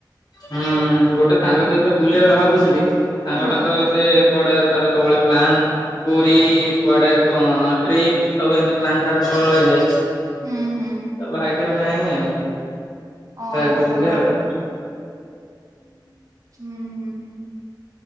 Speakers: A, on the left; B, on the right.
A: ହୁଁ ଗୋଟେ ସାଙ୍ଗ ସହିତ ବୁଲରେ ଭାବୁ ଥିଲି ମୋ
B: ଆଉ
A: ସାଙ୍ଗଟା ତ ସେ କୁଆଡେ ତାର ସବୁବେଳେ ପ୍ଲାନ୍
B: ହଁ।
A: ପୁରୀ କୁଆଡେ କଣ ଟ୍ରିପ୍ ସବୁ ଏମତି ପ୍ଲାନ୍ ତାର ସବୁ ରହିଯାଏ
B: ହୁଁ ହୁଁ
A: ତ ଭା ଭାଗ୍ୟରେ ନାଇଁ ଆଉ
B: ଓହୋ
A: ଫ୍ଲାଇଟ୍ ରେ ବୁଲିବା।
B: ଉୁଁ, ହୁଁ।